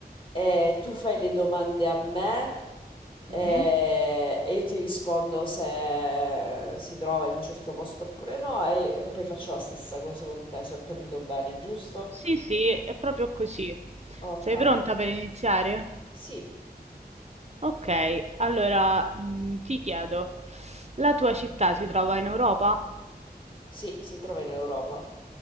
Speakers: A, on the left; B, on the right.
A: e tu fai le domande a me
B: Mhm.
A: Mhm. e, e io ti rispondo se si trova in un certo posto oppure no e, e poi faccio la stessa cosa con te, se ho capito bene, giusto?
B: Sì, sì, è proprio così.
A: Ok,
B: Sei pronta per iniziare?
A: sì,
B: Ok, allora mm, ti chiedo, la tua città si trova in Europa?
A: sì, si trova in Europa.